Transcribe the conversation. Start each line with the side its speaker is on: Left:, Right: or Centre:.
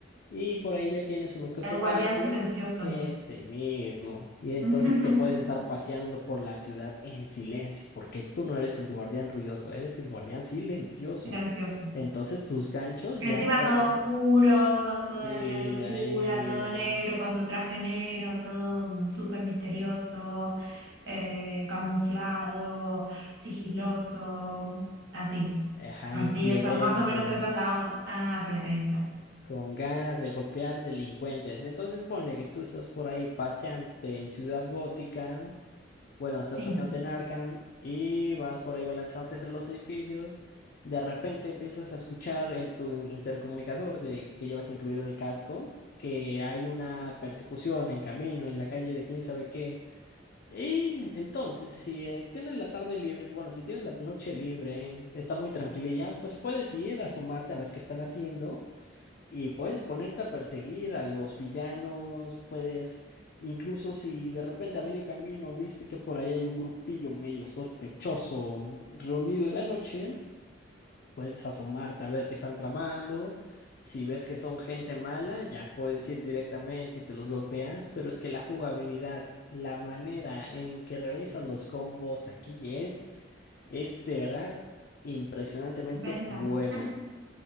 Left: y por ahí ya tienes uno que otro
Right: El guardián
Left: gadget,
Right: silencioso.
Left: ese mismo, y entonces
Right: <laughs>
Left: te puedes estar paseando por la ciudad en silencio, porque tú no eres el guardián ruidoso, eres el guardián silencioso.
Right: Silencioso.
Left: Entonces tus ganchos
Right: Encima
Left: ya están,
Right: todo oscuro, toda
Left: sí,
Right: la ciudad oscura,
Left: ahí,
Right: todo negro, con su traje negro, todo mm, súper misterioso, eh, camuflado, sigiloso, así.
Left: ajá,
Right: Así,
Left: y violento.
Right: esa, más o menos esa es la... o- Ah, bien, ahí está.
Left: Con ganas de golpear delincuentes. Entonces ponle que tú estás por ahí paseándote en Ciudad Gótica, bueno, estás
Right: Sí,
Left: paseándote en Arkham y vas por ahí balanceándote entre los edificios. De repente empiezas a escuchar en tu intercomunicador de que llevas incluido en el casco que hay una persecución en camino, en la calle de quién sabe qué. Y entonces, si eh, tienes la tarde libre, si- bueno, si tienes la noche libre, está muy tranquililla, pues puedes ir a asomarte a ver qué están haciendo y puedes ponerte a perseguir a los villanos, puedes, incluso si de repente a medio camino viste que por ahí hay un grupillo medio sospechoso mm, reunido en la noche, puedes asomarte a ver qué están tramando. Si ves que son gente mala, ya puedes ir directamente y te los golpeas, pero es que la jugabilidad, la manera en que realizas los combos aquí es, es de verdad impresionantemente
Right: venda.
Left: buena.
Right: <laughs>